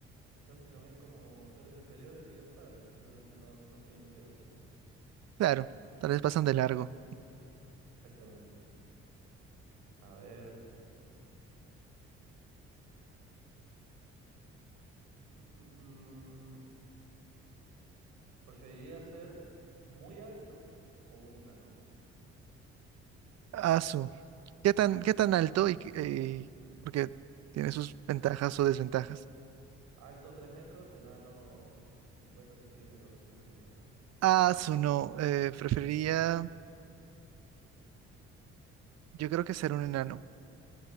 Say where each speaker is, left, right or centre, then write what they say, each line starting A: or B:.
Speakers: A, on the right (about 80°); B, on the right (about 60°).
A: quizás si nos ven como seres inferiores y ya está, y simplemente no, no tienen interés.
B: Claro, tal vez pasan de largo.
A: Exactamente. A ver. Mm, mm, ¿preferiría ser muy alto o un enano?
B: Asu, ¿qué tan, qué tan alto y qué- eh, porque tiene sus ventajas o desventajas?
A: Alto tres metros, enano cincuenta centímetros, 60 centímetros.
B: Asu, no, eh, preferiría, yo creo que ser un enano,